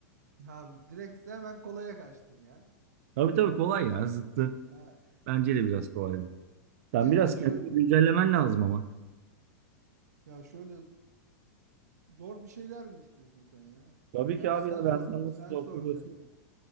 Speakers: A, on the right; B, on the right.
A: <laughs> Abi direkt sen hemen kolaya kaçtın ya.
B: Tabii tabii kolay ya zıttı.
A: Ha,
B: Bence
A: ha-
B: de biraz kolay. Sen
A: ya
B: biraz
A: ben
B: kendini
A: şöyle
B: güncellemen lazım ama.
A: ya şöyle zor bir şeyler mi istiyorsun sen ya?
B: Tabii
A: Gerçi
B: ki abi
A: sen
B: ya
A: sor
B: ben sana nasıl
A: sen
B: zor
A: soracaksın
B: soruyorsun?
A: ya.